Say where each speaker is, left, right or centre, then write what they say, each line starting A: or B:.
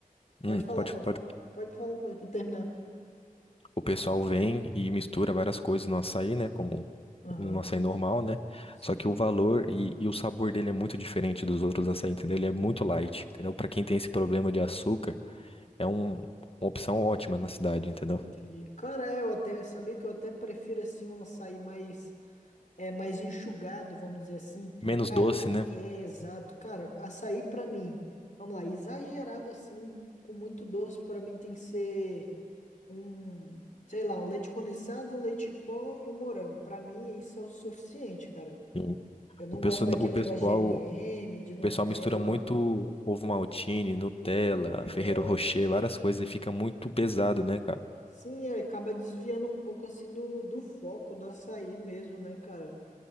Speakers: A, on the left; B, on the left.
A: hum,
B: pode falar,
A: pode,
B: pode
A: pode.
B: falar, pode falar, pode terminar.
A: O pessoal vem e mistura várias coisas no açaí, né? Como
B: Aham,
A: no açaí normal, né?
B: sim.
A: Só que o valor e, e o sabor dele é muito diferente dos outros açaí, entendeu? Ele é
B: Hum,
A: muito light, entendeu? Pra quem tem esse problema de açúcar, é um- uma opção ótima na cidade, entendeu?
B: entendi. Cara, é, eu até sabia que eu até prefiro assim um açaí mais é mais enxugado, vamos dizer assim.
A: Menos
B: Cara,
A: doce, né?
B: é exato, cara. Açaí pra mim, vamos lá, exagerado assim, com muito doce, pra mim tem que ser um, sei lá, um leite condensado, um leite pó e um morango. Pra mim isso é o suficiente, cara.
A: Sim.
B: Eu não
A: O
B: gosto
A: pessoal,
B: daquele
A: o pessoal,
B: negócio de M&M,
A: o
B: de Nutella.
A: pessoal mistura muito ovo maltine, Nutella,
B: É.
A: Ferrero Rocher, várias coisas e fica muito pesado, né, cara?
B: Sim, é, acaba desviando um pouco assim do, do foco do açaí mesmo, né, cara?